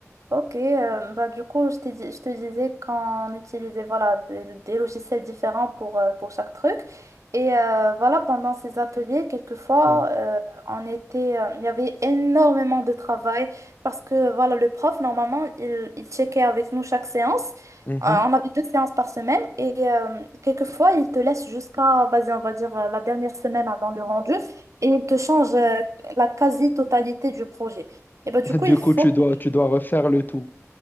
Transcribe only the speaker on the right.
Ok, euh, bah, du coup, je te, dis- je te disais qu'on utilisait voilà, des, des logiciels différents pour, euh, pour chaque truc. Et euh, voilà, pendant ces ateliers, quelquefois,
euh, on était, euh, il y avait énormément de travail parce que voilà, le prof, normalement, il, il checkait avec nous chaque séance.
Euh, on avait deux séances par semaine et euh, quelquefois, il te laisse jusqu'à, vas-y, on va dire, euh, la dernière semaine avant le rendu et il te change euh, la quasi-totalité du projet. Et bah, du
coup,
il
faut
que